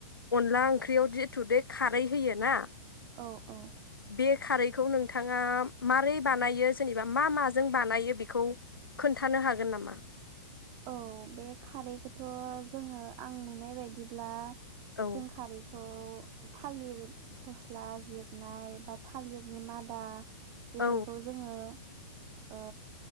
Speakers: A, on the left (about 80°); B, on the right (about 30°).
A: अनला ओंख्रियाव जिथु बे खारै होयो ना
B: औ औ
A: बे खारैखौ नोंथाङा मारै बानायो जेनेबा मा माजों बानायो बेखौ खोन्थानो हागोन नामा
B: औ बे खारैखोथ जोङो आं नुनाय बायदिब्ला
A: औ
B: जों खारैखौ खौ थालिर फस्ला जिरनाय बा थालिरनि मादा बेफोरखौ
A: औ
B: जोङो ओ